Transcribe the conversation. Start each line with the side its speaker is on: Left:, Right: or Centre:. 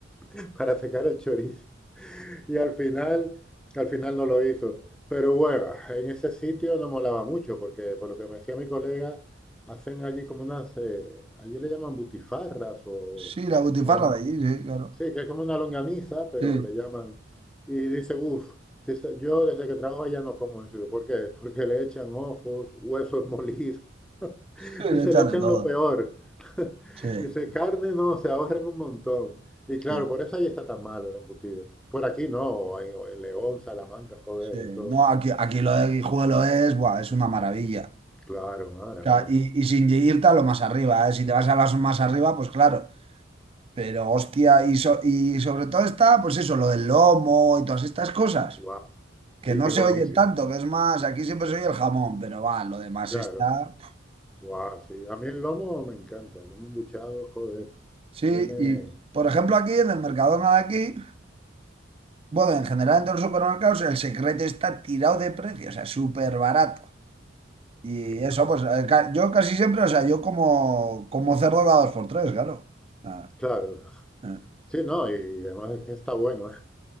Centre: <laughs> para secar el chorizo. Y al final, al final no lo hizo. Pero bueno, en ese sitio no molaba mucho, porque por lo que me decía mi colega, hacen allí como unas, eh, allí le llaman butifarras o,
Right: Sí, la butifarra
Centre: o lon-
Right: de allí, sí, claro.
Centre: sí, que es como una longaniza, pero
Right: Sí,
Centre: le llaman. Y dice, uff, yo desde que trabajo allá no como eso. Digo, ¿Por qué? Porque le echan ojos, huesos molidos. <laughs>
Right: sí,
Centre: Dice,
Right: le echan
Centre: le echan
Right: de todo.
Centre: lo peor.
Right: Sí,
Centre: Dice, carne no, se ahorran un montón. Y claro,
Right: sí,
Centre: por eso ahí está tan malo el embutido. Por aquí no, o en, o en León, Salamanca, joder,
Right: sí.
Centre: eso,
Right: No, aquí, aquí lo de Guijuelo es, buah, es una maravilla.
Centre: claro, madre
Right: O sea,
Centre: mía.
Right: y, y sin irte a lo más arriba, ¿eh? Si te vas a las más arriba, pues claro. Pero hostia, y, so- y sobre todo está, pues eso, lo del lomo y todas estas cosas.
Centre: Guau,
Right: que
Centre: sí
Right: no
Centre: que es
Right: se
Centre: buenísimo.
Right: oye tanto, que es más, aquí siempre se oye el jamón, pero va, lo demás
Centre: Claro,
Right: está.
Centre: guau, sí. A mí el lomo me encanta, el lomo embuchado, joder,
Right: Sí,
Centre: tiene,
Right: y por ejemplo aquí en el Mercadona de aquí, bueno, en general en todos los supermercados el secreto está tirado de precio, o sea, súper barato. Y
Centre: que
Right: eso,
Centre: joder.
Right: pues eh, ca- yo casi siempre, o sea, yo como, como cerdo cada dos por tres, claro. Ah,
Centre: Claro,
Right: eh.
Centre: sí, no, y además es que está bueno, ¿eh?